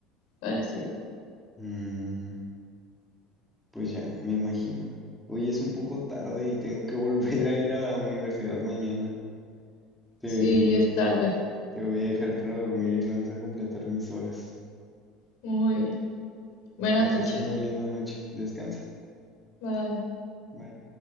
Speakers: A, on the left; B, in the centre.
A: parecido.
B: Mm, pues ya, me imagino. Hoy es un poco tarde y tengo que <laughs> volver a ir a la universidad mañana. Te,
A: Sí, es tarde.
B: te voy a dejar para dormir y no vas a completar mis horas.
A: Muy bien. Buenas
B: Que pases
A: noches.
B: una linda noche. Descansa.
A: Bye.
B: Bye.